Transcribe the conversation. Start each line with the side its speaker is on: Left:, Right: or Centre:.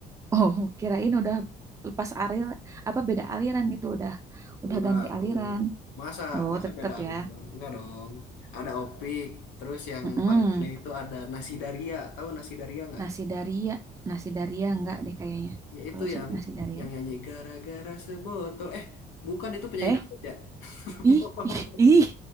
Right: Oh, kirain udah lepas alir apa beda aliran gitu, udah udah
Left: Enggak
Right: ganti aliran.
Left: tuh. Masa
Right: Oh,
Left: masa
Right: tetep
Left: beda aliran?
Right: ya.
Left: Enggak dong. Ada Opik, terus yang
Right: Mm-mm.
Left: paling aneh itu ada Nasi Daria. Tahu Nasi Daria enggak?
Right: Nasi Daria, nasi Daria enggak deh kayaknya.
Left: Ya itu
Right: Kalau se-
Left: yang
Right: nasi Daria.
Left: yang nyanyi gara-gara sebotol. Eh, bukan itu penyanyi
Right: Eh,
Left: dangdut ya. <laughs>
Right: ih,
Left: Maaf,
Right: ih, ih.